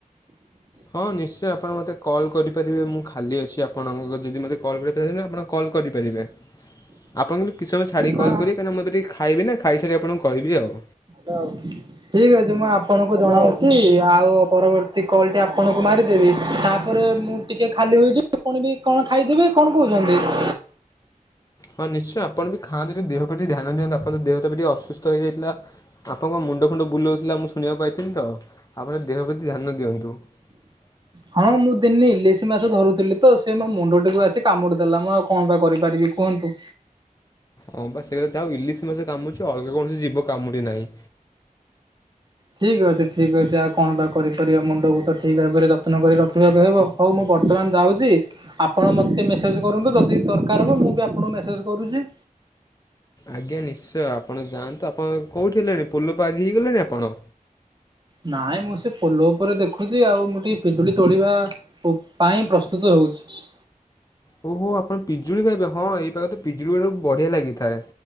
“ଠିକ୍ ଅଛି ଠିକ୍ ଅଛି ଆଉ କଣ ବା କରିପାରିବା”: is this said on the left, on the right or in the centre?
Right